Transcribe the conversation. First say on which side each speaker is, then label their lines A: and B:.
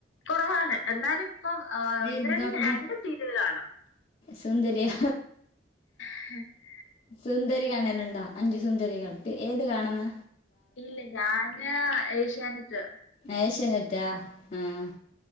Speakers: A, on the left (about 75°); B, on the left (about 35°).
A: കൊറവാണ് എന്നാലിപ്പം ഒന്ന്
B: ഏത്
A: രണ്ട്
B: നോക്കുന്ന
A: രണ്ട് സീരിയല് കാണും
B: സുന്ദരിയാ
A: <inaudible>
B: സുന്ദരി കാണലുണ്ടോ അഞ്ചു സുന്ദരികൾ പി ഏത് കാണുന്ന
A: ഇല്ല ഞാന് ഏഷ്യാനെറ്റ്
B: ഏഷ്യാനെറ്റാ ആഹ്